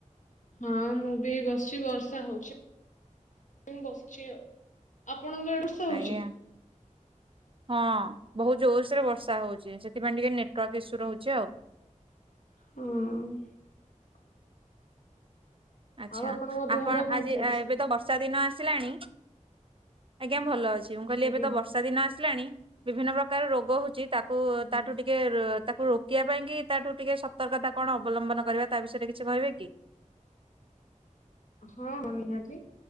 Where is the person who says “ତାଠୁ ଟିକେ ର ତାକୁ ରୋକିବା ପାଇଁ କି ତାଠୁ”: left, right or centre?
Right